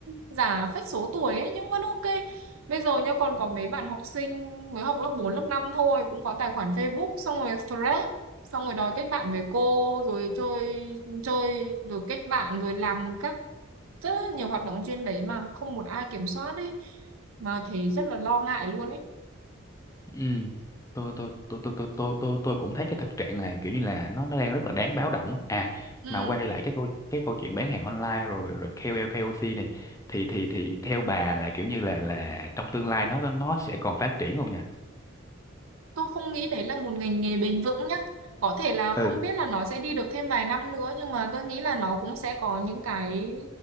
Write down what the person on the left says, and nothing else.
Ừ. Tôi, tôi tôi tôi tôi tôi tôi tôi cũng thấy cái thực trạng này kiểu như là nó nó đang rất là đáng báo động á. à
mà quay lại cái câu cái câu chuyện bán hàng online rồi rồi ca O KOC này thì thì thì theo bà là kiểu như là là trong tương lai nó nó sẽ còn phát triển không nhỉ
ừ